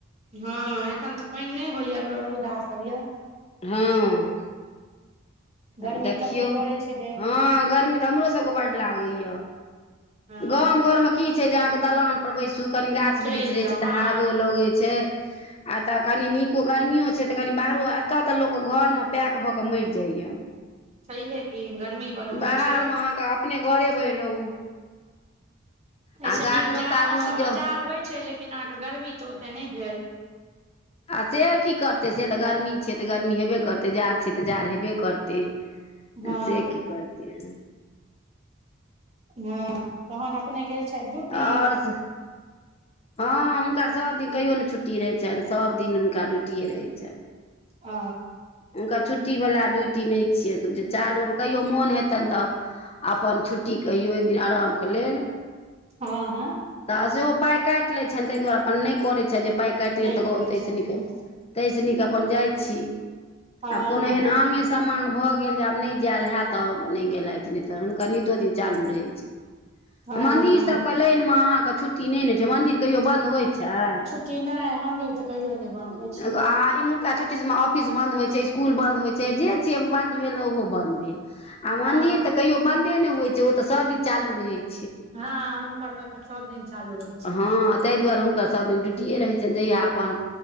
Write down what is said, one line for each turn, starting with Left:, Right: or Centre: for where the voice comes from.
Right: हँ एखन तऽ पानि नहि होइया हमरो रौदा सब य
Left: हँ
Right: गर्मी
Left: आब देखियौ
Right: तते पड़ै छै जे
Left: हँ गर्मी तऽ हमरो सभके बड्ड लागैय
Right: हँ
Left: गामं घर मे की छै जे अहाँके दलान पर बैसू कनि गाछ
Right: चलि
Left: वृक्ष रहे
Right: जाउ
Left: छै तऽ
Right: हँ
Left: हवो लगै छै छै आ तऽ कनि नीको गर्मियो छै तऽ कनि बाहरो एतऽ तऽ लोक घर मे पैक भऽ के मरि जाइया
Right: छैहे की गर्मी बड होइ
Left: बाहरमे
Right: छै
Left: अहाँके अपने घरे भरि रहू
Right: एहिसे
Left: आ गारनो
Right: नीक जाड़
Left: तारनो
Right: मौसममे
Left: ज
Right: जाड़ होइत छै लेकिन केनाके गर्मी तऽ ओते नहि भेल
Left: आ से की करतै से तऽ गर्मी छै तऽ गर्मी हेबे करतै जाड़ छै तऽ जाड़ हेबे करतै
Right: हँ
Left: से की करतै हं
Right: हँ तहन अपने गेल छथि
Left: <unintelligible>
Right: ड्यूटी
Left: हँ हुनका सभ दिन कहियो ने छुट्टी रहै छनि सभ दिन हुनका ड्यूटिए रहै छनि
Right: आ
Left: हुनकर छुट्टीवला ड्यूटी नहि छियनि चालू आमे कहियो मोन हेतनि तऽ अपन छुट्टी कहियौ एक दिन आरामके लेल
Right: हँ हँ
Left: तऽ सेहो पाय काटि लैत छनि ताहि दुआरे अपन नहि करैत छै जे पाइ काटि
Right: नहि
Left: ले तऽ
Right: करै
Left: तस
Right: छथिन
Left: तैस नीक अपन जाइ छी
Right: हँ
Left: आब कोनो एहन आंगे समांग भऽ गेल जे आब नहि जायल हैत तऽ नहि गेलथि नहि तऽ हुनकर नितो दिन चालू रहै छै
Right: हँ
Left: मन्दिर सभके लाइनमे अहाँके छुट्टी नहि ने छै मन्दिर कहियो बन्द होइत छै
Right: कि नहि मंदिर तऽ कहियो नहि बंद होय छै
Left: अहां इमहरका छुट्टी सब मे ऑफीस बन्द होइ छै स्कूल बन्द होइ छै जे छै बन्द भेल ओहो बन्द भेल आ मंन्दिर
Right: हँ
Left: तऽ कहियो बन्द ए ने होइ छै ओ तऽ सब दिन चालू रहै छै
Right: हँ हुनकर तऽ सब दिन चालू रहै छै
Left: हँ ताहि दुआरे हुनकर सभ दिन ड्यूटियए रहैत छनि जहिया अपन